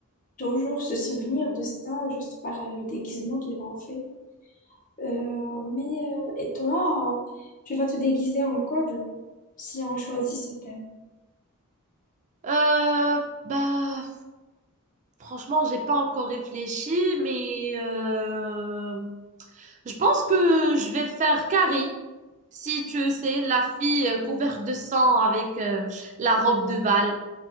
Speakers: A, on the left (about 35°); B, on the right (about 35°).
A: toujours se souvenir de ça juste par le déguisement qu'ils vont faire. Euh, mais euh, et toi, euh, tu vas te déguiser en quoi du coup, si on choisit ce thème?
B: Euh, bah, franchement, j'ai pas encore réfléchi, mais euh, Je pense que je vais faire Carrie, si tu sais, la fille euh, couverte de sang avec euh, la robe de bal.